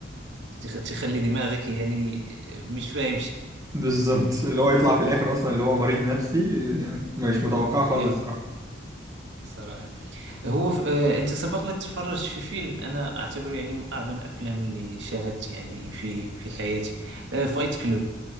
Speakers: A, on the right (about 65°); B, on the right (about 20°).
A: تخ- تخلي دماغك يعني مش فاهم شيء
B: بالظبط اللي هو يطلع في الاخر اصلا اللي هو مريض نفسي يعني مش متوقعه خالص
A: أيوة
B: الصراحه
A: صراحة هو ف... آه، انت سبق لك تفرجت في فيلم انا اعتبره يعني من اعظم الافلام اللي شاهدت يعني في في حياتي آه، فايت كلوب